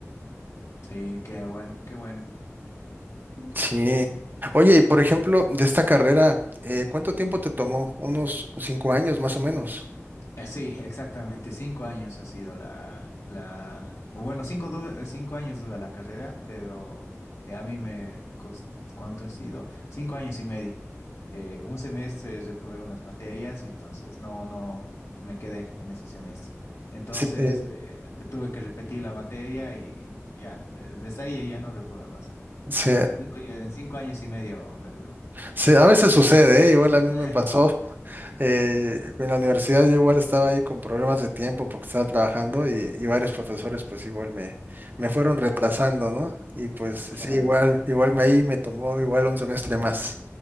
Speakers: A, on the left (about 65°); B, on the right (about 40°).
A: Sí, qué bueno, qué bueno.
B: Sí. Oye, y por ejemplo, de esta carrera, eh, ¿cuánto tiempo te tomó? Unos cinco años más o menos.
A: Eh, Sí, exactamente. Cinco años ha sido la, la... Bueno, cinco, du- eh, cinco años dura la carrera, pero eh, a mí me costó... ¿Cuánto ha sido? Cinco años y medio. Eh, un semestre reprobé unas materias y entonces no, no me quedé en ese semestre. Entonces
B: Sí, eh,
A: eh, te tuve que repetir la materia y ya, de- desde ahí ya no reprobé más.
B: sí,
A: Entonces cinco, en cinco años y medio me duró.
B: Sí, a veces sucede, ¿eh? Igual a mí
A: <laughs>
B: me pasó. eh, en la universidad yo igual estaba ahí con problemas de tiempo porque estaba trabajando y, y varios profesores pues igual me, me fueron retrasando, ¿no? Y pues
A: Claro,
B: sí, igual, igual me ahí me tomó igual un semestre más,